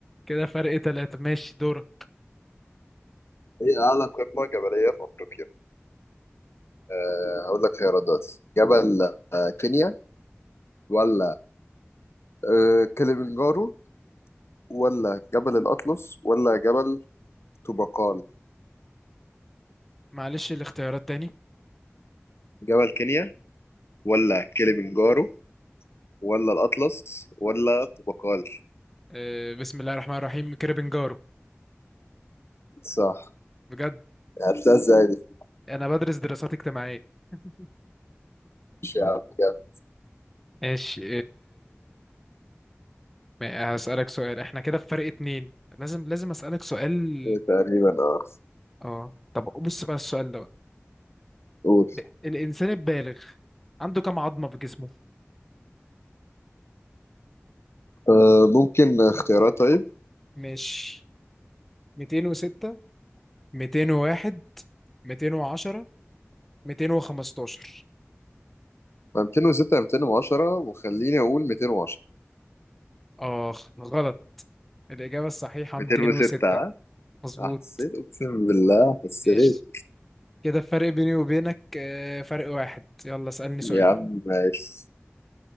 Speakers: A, in the centre; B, on the left.
A: كده فرق ثلاثة ماشي دورة
B: هي أعلى قمة جبلية في أفريقيا آه، أقول لك خيارات دلوقتي جبل آه، كينيا ولا آه، كليمنجارو ولا جبل الأطلس ولا جبل طوبقال
A: معلش الاختيارات تاني
B: جبل كينيا ولا كليمنجارو ولا الأطلس ولا طوبقال
A: آه، بسم الله الرحمن الرحيم كريبنجارو
B: صح
A: بجد
B: عرفتها ازاي دي
A: أنا بدرس دراسات اجتماعية <laughs>
B: مش يا عم جامد.
A: ماشي ما- هسألك سؤال احنا كده بفرق اتنين لازم لازم أسألك سؤال
B: إيه تقريبا اه
A: اه طب بص بقى السؤال ده بقى
B: قول
A: ب- الإنسان البالغ عنده كم عظمة في جسمه؟
B: آه، ممكن اختيارات طيب
A: مش 206 201 210 215
B: 206 210 وخليني أقول 210
A: اخ غلط الإجابة الصحيحة
B: 206
A: 206
B: ها؟
A: مظبوط
B: آه، حسيت اقسم بالله حسيت
A: ماشي كده الفرق بيني وبينك آه، فرق واحد يلا اسألني سؤال
B: يا عم ماشي